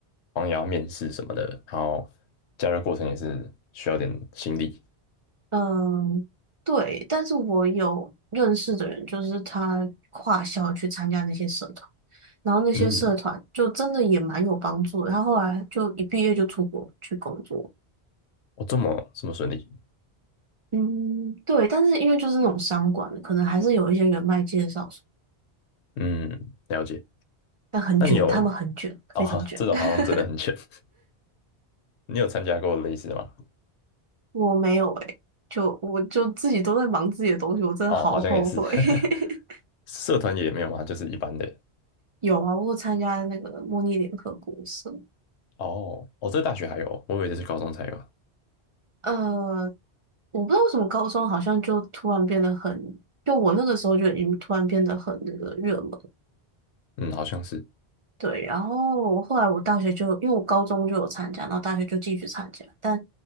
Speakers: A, on the left; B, on the right.
A: 好像也要面试什么的，然后加入过程也是需要点心力。
B: 嗯，对，但是我有认识的人，就是他跨校去参加那些社团。然后那些社团就真的也蛮有帮助的。
A: 嗯，
B: 他后来就一毕业就出国去工作，
A: 我这么这么顺利，
B: 嗯，对。但是因为就是那种商管的，可能还是有一些人脉介绍什么
A: 嗯，了解。
B: 但很卷，
A: 那你有
B: 他们很卷，
A: 哦，
B: 非常卷。
A: <laughs> 这种好像真的很浅。
B: <laughs>
A: <laughs> 你有参加过类似的吗？
B: 我没有诶、就我就自己都在忙自己的东西，我真的好后悔。
A: 哦，好像也是，<laughs>
B: <laughs>
A: 社团也没有吗？就是一般的。
B: 有啊，我有参加那个模拟联合国社，
A: 哦，哦，这大学还有，我以为这是高中才有。
B: 呃，我不知道为什么高中好像就突然变得很，就我那个时候就已经突然变得很那个热门。
A: 嗯，好像是。
B: 对，然后后来我大学就，因为我高中就有参加，然后大学就继续参加，但